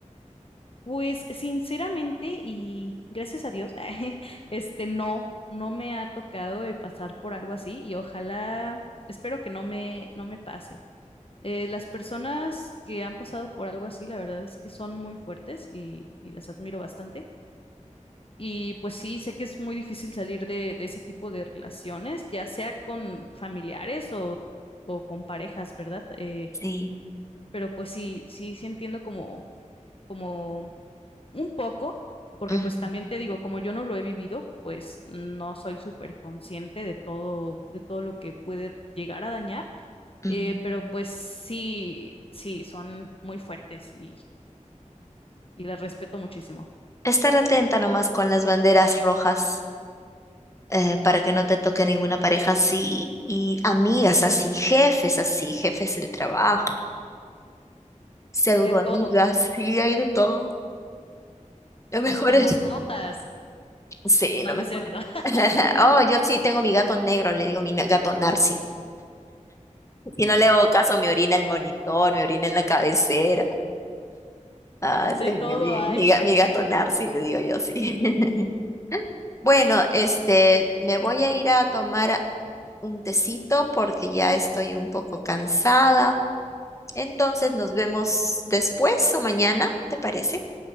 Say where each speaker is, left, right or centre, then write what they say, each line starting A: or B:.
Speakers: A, on the left (about 45°); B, on the left (about 25°).
A: Pues sinceramente y gracias a Dios, <laughs> este no, no me ha tocado de pasar por algo así y ojalá, espero que no me, no me pase. Eh, las personas que han pasado por algo así, la verdad es que son muy fuertes y, y las admiro bastante. Y pues sí, sé que es muy difícil salir de, de ese tipo de relaciones, ya sea con familiares o, o con parejas, ¿verdad? Eh,
B: Sí.
A: pero pues sí, sí, sí entiendo como, como un poco, porque
B: Ujú,
A: pues también te digo, como yo no lo he vivido, pues no soy súper consciente de todo, de todo lo que puede llegar a dañar.
B: ujú.
A: Eh, pero pues sí, sí, son muy fuertes y, y las respeto muchísimo.
B: Estar atenta nomás con las banderas rojas eh, para que no te toque ninguna pareja así y amigas así, jefes así, jefes del trabajo, pseudo
A: De todo,
B: amigas, sí, hay de todo. Lo mejor
A: hasta
B: es...
A: mascotas.
B: Sí,
A: No,
B: lo mejor.
A: no es cierto. <laughs>
B: <laughs> Oh, yo sí tengo mi gato negro, le digo mi na- gato Narci. Si no le hago caso, me orina el monitor, me orina en la cabecera. Ah, ese
A: De todo
B: es mi, mi-
A: hay.
B: mi ga- mi gato Narci, le digo yo sí. <laughs> Bueno, este, me voy a ir a tomar un tecito porque ya estoy un poco cansada. Entonces nos vemos después o mañana, ¿te parece?